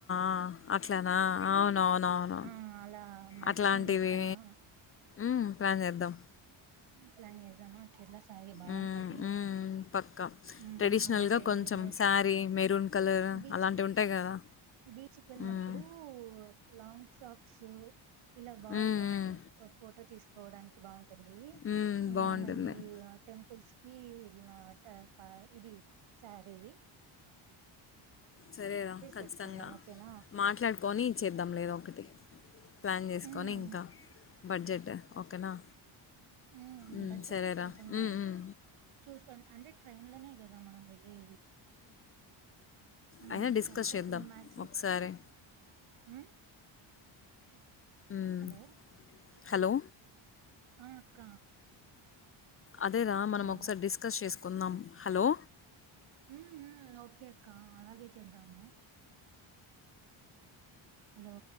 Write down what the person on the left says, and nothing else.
ఆ అట్లనా అవునవునవును
అట్లాంటివి
మ్ ప్లాన్ చేద్దాం
ఉమ్, ఉమ్, పక్కా
ట్రెడిషనల్గా
కొంచెం
శారీ మెరూన్ కలర్
అలాంటివి ఉంటాయి కదా
ఉమ్,
ఉమ్,
ఉమ్.
ఉమ్,
బాగుంటుంది
సరేదా ఖచ్చితంగా
మాట్లాడుకొని చేద్దాం లేద ఒకటి ప్లాన్ చేసుకొని
ఇంకా బడ్జెట్ ఓకేనా
ఉమ్,
సరేరా
ఉమ్, ఉమ్.
అయినా డిస్కస్
చేద్దాం
ఒకసారి
మ్
హలో
అదే రా మనం
ఒకసారి డిస్కస్ చేసుక కొన్నాం హలో